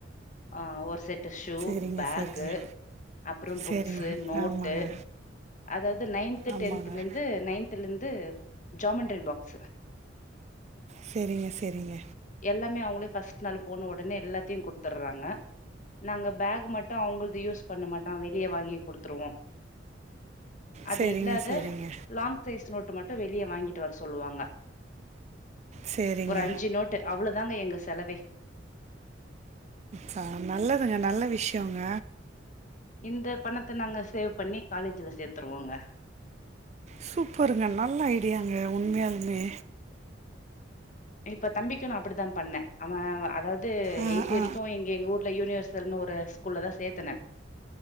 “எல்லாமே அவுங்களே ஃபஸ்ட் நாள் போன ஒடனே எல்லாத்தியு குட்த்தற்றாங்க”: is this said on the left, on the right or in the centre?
Left